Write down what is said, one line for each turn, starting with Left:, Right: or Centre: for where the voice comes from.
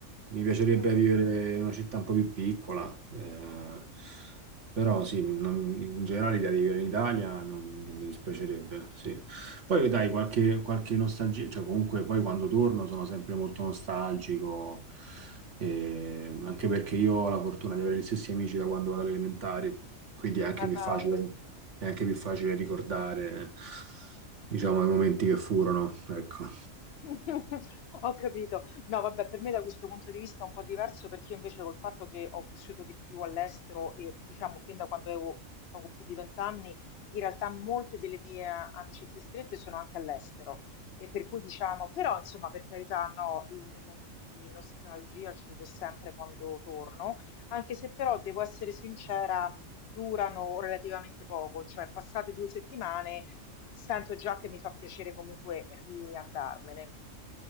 Right: Mi piacerebbe
Left: Mm,
Right: vivere in una città un po' più piccola, eh, però sì, non- in generale l'idea di vivere in Italia non, non mi dispiacerebbe, sì. Poi dai, qualche, qualche nostalgia, cioè comunque poi quando torno sono sempre molto nostalgico, eh, anche perché io ho la fortuna di avere gli stessi amici da quando vado alle elementari, quindi è anche
Left: ma
Right: più
Left: dai,
Right: facile, è anche più facile ricordare, diciamo, i momenti che furono, ecco.
Left: <laughs> ho capito. No, vabbè, per me da questo punto di vista è un po' diverso perché io invece col fatto che ho vissuto di più all'estero e diciamo fin da quando avevo poco più di vent'anni, in realtà molte delle mie amicizie strette sono anche all'estero. E per cui diciamo, però insomma, per carità, no, i miei momenti di nostalgia ce li ho sempre quando torno, anche se però devo essere sincera, durano relativamente poco, cioè passate due settimane. sento già che mi fa piacere comunque riandarmene,